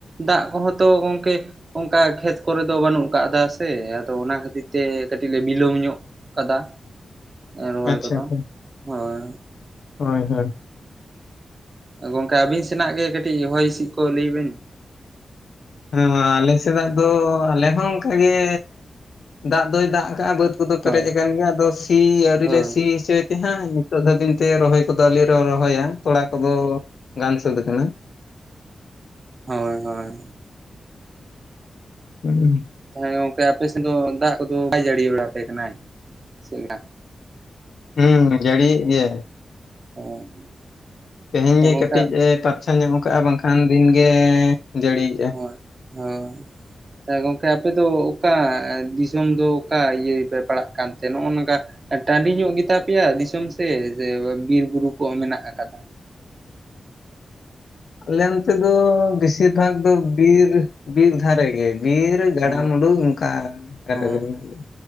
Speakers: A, on the right; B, on the left.
A: ᱫᱟᱜ ᱠᱚᱦᱚᱸ ᱛᱚ ᱜᱚᱢᱠᱮ ᱚᱱᱠᱟ ᱠᱷᱮᱛ ᱠᱚᱨᱮ ᱫᱚ ᱵᱟᱹᱱᱩᱜ ᱟᱠᱟᱫᱟ ᱥᱮ ᱟᱫᱚ ᱚᱱᱟ ᱠᱷᱟᱹᱛᱤᱨ ᱛᱮ ᱠᱟᱹᱴᱤᱡ ᱞᱮ ᱵᱤᱞᱚᱢ ᱧᱚᱜ ᱠᱟᱫᱟ ᱨᱚᱦᱚᱭ
B: ᱟᱪᱪᱷᱟ
A: ᱠᱚᱫᱚ
B: ᱟᱪᱪᱷᱟ
A: ᱦᱳᱭ᱾
B: ᱦᱳᱭ ᱦᱳᱭ᱾
A: ᱜᱚᱝᱠᱮ ᱟᱵᱤᱱ ᱥᱮᱱᱟᱜ ᱜᱮ ᱠᱟᱹᱴᱤᱡ ᱦᱚᱭ ᱦᱤᱸᱥᱤᱫ ᱠᱚ ᱞᱟᱹᱭ ᱵᱤᱱ?
B: ᱦᱮ ᱢᱟ ᱟᱹᱞᱤᱧ ᱥᱮᱱᱟᱜ ᱫᱚ ᱟᱞᱮ ᱦᱚᱸ ᱚᱱᱠᱟ ᱜᱮ ᱫᱟᱜ ᱫᱚᱭ ᱫᱟᱜ ᱟᱠᱟᱟᱜ-ᱟ, ᱵᱟᱹᱫᱽ <unintelligible> ᱯᱮᱨᱮᱡ
A: ᱦᱳᱭ
B: ᱟᱠᱟᱱ ᱜᱮᱭᱟ ᱟᱫᱚ ᱥᱤ ᱟᱹᱣᱨᱤ
A: ᱦᱳᱭ
B: ᱞᱮ ᱥᱤ ᱦᱚᱪᱮᱫ ᱦᱟᱸᱜ ᱱᱤᱛᱚᱜ ᱫᱷᱟᱹᱵᱤᱡ ᱛᱮ ᱨᱚᱦᱚᱭ ᱠᱚᱫᱚ ᱟᱹᱣᱨᱤ ᱞᱮ ᱨᱚᱦᱚᱭᱟ ᱛᱚᱲᱟ ᱠᱚᱫᱚ ᱜᱟᱱ ᱥᱟᱹᱛ ᱟᱠᱟᱱᱟ᱾
A: ᱦᱳᱭ ᱦᱳᱭ᱾
B: ᱦᱩᱸ
A: ᱛᱟᱦᱚᱞᱮ ᱜᱚᱝᱠᱮ ᱟᱯᱮ ᱥᱮᱫ ᱫᱚ ᱫᱟᱜ ᱠᱚᱫᱚ ᱵᱟᱭ ᱡᱟᱹᱲᱤ ᱵᱟᱲᱟ ᱟᱯᱮ ᱠᱟᱱᱟᱭ ᱪᱮᱫ ᱞᱮᱠᱟ?
B: ᱦᱩᱸ ᱡᱟᱹᱲᱤᱭᱮᱫ ᱜᱮᱭᱟᱭ᱾
A: <unintelligible>
B: ᱛᱮᱦᱮᱧ
A: ᱛᱚ
B: ᱜᱮ
A: ᱜᱚᱝᱠᱮ
B: ᱠᱟᱹᱴᱤᱡ ᱮ ᱯᱟᱨᱪᱷᱟ ᱧᱚᱧ ᱠᱟᱜ-ᱟ ᱵᱟᱝᱠᱷᱟᱱ ᱫᱤᱱ ᱜᱮ ᱡᱟᱹᱲᱤᱭᱜ-ᱟ᱾
A: ᱦᱳᱭ ᱦᱚᱭ᱾ ᱛᱟᱦᱞᱮ ᱜᱚᱢᱠᱮ ᱟᱯᱮ ᱫᱚ ᱚᱠᱟ ᱫᱤᱥᱚᱢ ᱫᱚ ᱚᱠᱟ ᱤᱭᱟᱹ ᱯᱮ ᱯᱟᱲᱟᱜ ᱠᱟᱱᱛᱮ ᱱᱚᱜ-ᱚ ᱱᱚᱝᱠᱟ ᱴᱟᱹᱰᱤ ᱧᱚᱜ ᱜᱮᱛᱟ ᱯᱮᱭᱟ ᱫᱤᱥᱚᱢ ᱥᱮ ᱵᱤᱨ ᱵᱩᱨᱩ ᱠᱚ ᱢᱮᱱᱟᱜ ᱟᱠᱟᱫᱟ?
B: ᱟᱞᱮ ᱚᱱᱛᱮ ᱫᱚ ᱵᱮᱥᱤᱨ ᱵᱷᱟᱜ ᱫᱚ ᱵᱤᱨ ᱵᱤᱨ ᱫᱷᱟᱨᱮ ᱜᱮ᱾ ᱵᱤᱨ ᱜᱟᱰᱟ
A: ᱚ
B: ᱢᱩᱰᱩ ᱱᱚᱝᱠᱟ <unintelligible>
A: ᱚ